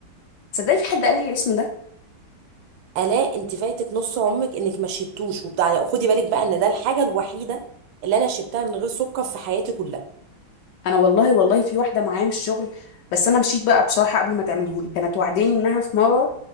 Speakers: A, on the left (about 75°); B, on the right (about 80°).
A: تصدقي في حد قال لي الاسم ده
B: الا انت فايتك نص عمرك انك ما شربتوش وبتاع خدي بالك بقى ان ده الحاجه الوحيده اللي انا شربتها من غير سكر في حياتي كلها
A: انا والله والله في واحده معايا من الشغل بس انا مشيت بقى بصراحه قبل ما تعمله لي كانت وعداني انها في مره